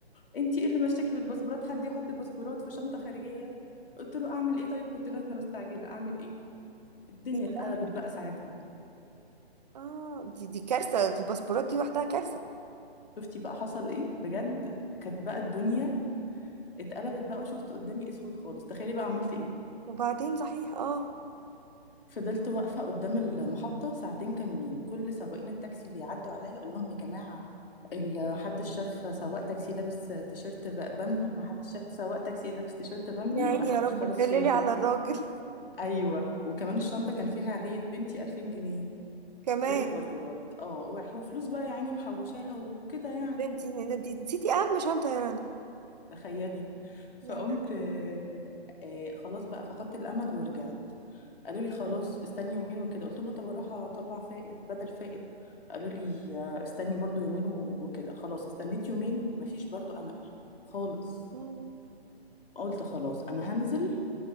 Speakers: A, on the left; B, on the right.
A: انت ايه اللي مشاكي بالباسبورات حد يحط باسبورات في شنطه خارجيه قلت له اعمل ايه طيب كنت نازله مستعجله اعمل ايه الدنيا
B: يا
A: اتقلبت
B: لهوي
A: بقى ساعتها
B: اه دي دي كارثة دي الباسبورات دي وحدها كارثة
A: شفتي بقى حصل ايه بجد كانت بقى الدنيا اتقلبت بقى وشفت قدامي اسود خالص تخيلي بقى عملت ايه
B: وبعدين صحيح اه
A: فضلت واقفه قدام المحطه ساعتين كاملين كل سواقين التاكسي اللي يعدوا عليا اقول لهم يا جماعه ال- حدش شاف سواق تاكسي لابس تيشيرت ب- بامبي محدش شاف سواق تاكسي لابس تيشيرت بامبي
B: يا <laughs> عيني
A: محدش
B: يا رب
A: خالص
B: تدللي
A: شافه
B: على الراجل
A: ايوه وكمان الشنطه كان فيها عيديه بنتي 2000 جنيه
B: <laughs> كمان
A: غير الباسبورات اه وفلوس بقى يعني محوشاها وكده يعني
B: ده انت ده انت نسيتي اهم شنطة يا رنا
A: تخيلي فقمت
B: يا لهوي
A: آه، آه، خلاص بقى فقدت الامل ورجعت قالوا لي خلاص استني يومين وكده قلت لهم طب اروح اطلع فائد بدل فائد قالوا لي آه، استني برضو يومين و- وكده خلاص استنيت يومين مفيش برضو امل خالص
B: مم.
A: قلت خلاص انا هنزل